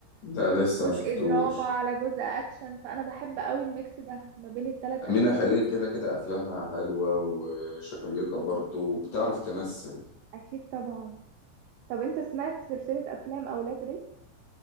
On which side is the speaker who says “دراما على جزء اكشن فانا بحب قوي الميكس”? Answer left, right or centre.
Right